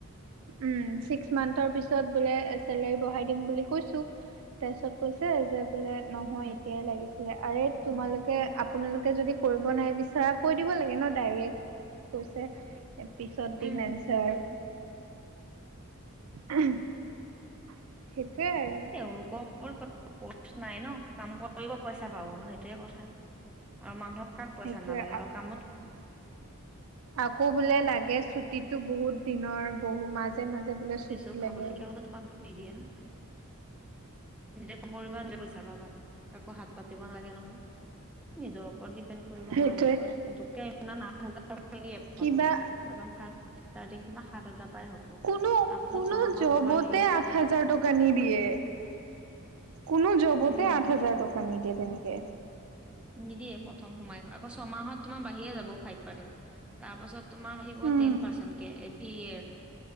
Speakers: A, on the right (about 65°); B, in the centre.
A: উম চিক্স মামাৰ পৰা মানে চেলেৰু বঢ়াই দিম বুলি কইছো। তাৰপিছত কৈছে যে বোলে নহয়
B: উম,
A: এতিয়াই লাগিছিলে আৰে। তোমালোকে আপোনালোকে যদি কৰিব নাই বিচাৰ কৈ দিব লাগে ন ডাইৰেক্ট। কৈছে পিছত
B: উম,
A: দি মেনচাৰ।
B: উম,
A: <unintelligible> সেইটোৱে আৰু।
B: এওঁলোকৰ কথা। পষ্ট নাই ন কাম কৰিব পইচা পাব সেইটোৱে কথা আৰু মানুহক। কাক পইচা
A: সেইটোৱে
B: নালাগে আৰু কামত।
A: আকৌ বোলে লাগে ছুটি বহুত দিনৰ বহু মাজ। মাজে মাজে বোলে ছুটি
B: দিছো খাবলৈকে
A: লাগে।
B: হলে তোমাক নিদিয়ে না নিজে ক কৰিব নিজ পইচা পাবা কাকো হাত পাতিব লাগে নহয় নিজৰ। ওপৰত ডপেণ্ড কৰিব
A: সেইটোৱে
B: প নপৰে পটে ইমান আঠ হাৰ
A: কিবা
B: প্ৰথ প্ৰথ ফ্ষ। ষ্টাৰ্টিং তোমাৰ। সাত হাজাৰ পৰাই হ'ব তাৰ
A: কোনো
B: পাছত
A: কোনো
B: ছমাহত
A: জবতে
B: তোমাৰ হেৰি হৈয়ে
A: আঠ
B: যাব।
A: হাজাৰ টকা নিদিয়ে। কোনো জবতে
B: উম
A: আঠ হাজাৰ
B: সেইটোয়ে
A: টকা নি দিয়ে তেনেকে।
B: নিদিয়ে প্ৰথম সোমাই আকৌ ছমাহত তোমাৰ বাহিে যাব ফাইভ পাৰ্চেন্ট তাৰ পাছত। তোমাৰ আহিব
A: উম।
B: তিন পাৰ্চেট কে। ৰ